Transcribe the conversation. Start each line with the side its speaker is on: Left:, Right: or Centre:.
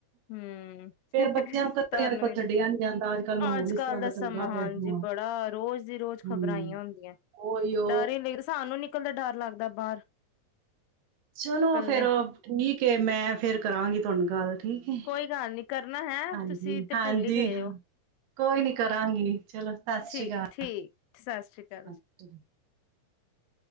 Left: ਹਮ
Right: ਫਿਰ
Left: ਤੁਹਾਨੂੰ
Right: ਬੱਚਿਆਂ ਨੂੰ ਕੱਲਿਆਂ ਵੇਖੋ
Left: ਵੀ
Right: ਛੱਡਿਆ ਨਹੀਂ ਜਾਂਦਾ ਅੱਜ ਕੱਲ ਮਾਹੌਲ
Left: ਅੱਜ-ਕੱਲ
Right: ਇਸ ਤਰ੍ਹਾਂ
Left: ਦਾ
Right: ਚੱਲਦਾ
Left: ਸਮਾਂ ਹਾਂਜੀ
Right: ਪਿਆ ਹਾਂ,
Left: ਬੜਾ ਰੋਜ਼ ਦੀ ਰੋਜ਼
Right: ਹਮ
Left: ਖ਼ਬਰਾਂ ਆਈਆਂ ਹੁੰਦੀਆਂ,
Right: ਓਯੋ
Left: ਡਰ ਹੀ ਲਦਾ ਸਾਨੂੰ ਨਿਕਲਦਾ ਡਰ ਲੱਗਦਾ ਬਾਹਰ।
Right: ਚਲੋ
Left: ਕੱਲੇ
Right: ਫੇਰ ਠੀਕ ਏ, ਮੈਂ ਫੇਰ ਕਰਾਂਗੀ ਤੁਹਾਨੂੰ ਗੱਲ। ਠੀਕ ਹੈ
Left: ਕੋਈ ਗੱਲ ਨੀ ਕਰਨਾ ਹੈ
Right: ਹਾਂਜੀ
Left: ਤੁਸੀਂ ਤੇ
Right: ਹਾਂਜੀ
Left: ਭੁੱਲ ਹੀ ਗਏ ਹੋ।
Right: ਕੋਈ ਨਹੀਂ ਕਰਾਂਗੀ ਚਲੋ ਸਤਿ
Left: ਠੀਕ
Right: ਸ਼੍ਰੀ ਅਕਾਲ
Left: ਠੀਕ। ਸਤਿ ਸ੍ਰੀ ਅਕਾਲ
Right: ਸਤਿ
Left: ਜੀ।
Right: ਸ਼੍ਰੀ ਅਕਾਲ।